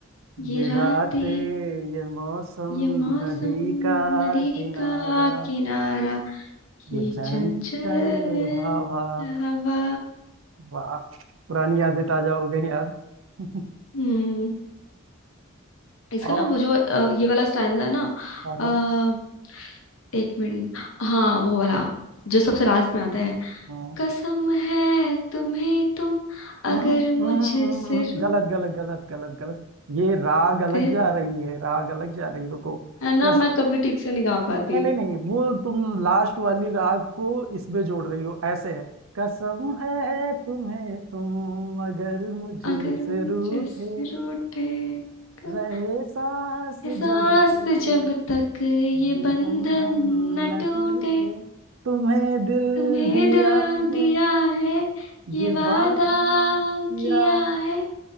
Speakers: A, on the left; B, on the right.
A: ये
B: ये
A: रातें
B: रातें ये मौसम
A: ये मौसम
B: नदी का
A: नदी
B: किनारा
A: का किनारा ये
B: ये चंचल
A: चंचल
B: हवा
A: हवा
B: वाह पुरानी यादें ताजा हो गई यार <laughs>
A: हम्म इसका
B: और
A: ना वो जो अ, ये वाला स्टैंजा है ना
B: हवा
A: अ, एक मिनट हाँ वो वाला जो सबसे लास्ट में आता है
B: हाँ हाँ।
A: कसम है तुम्हें तुम अगर
B: हम्म, हम्म,
A: मुझसे
B: हम्म, हम्म, हम्म।
A: रू
B: गलत गलत गलत गलत गलत ये राग अलग
A: फिर
B: जा रही है राग अलग जा रही है रुको
A: है ना
B: कस
A: मैं कभी ठीक से नहीं गा पाती
B: नहीं नहीं नहीं वो तुम लास्ट वाली राग को इसमें जोड़ रही हो ऐसे है कसम है तुम्हें तुम मगर मुझसे
A: अगर मुझसे
B: रूठे
A: रूठे क-
B: रहे सांस
A: एहसास
B: जब तक
A: जब तक ये
B: ये
A: बंधन
B: बंधन
A: न
B: न
A: टूटे
B: टूटे तुम्हें दिल
A: तुम्हें
B: दिया
A: दिल
B: है
A: दिया है ये
B: ये
A: वादा
B: वादा किया
A: किया है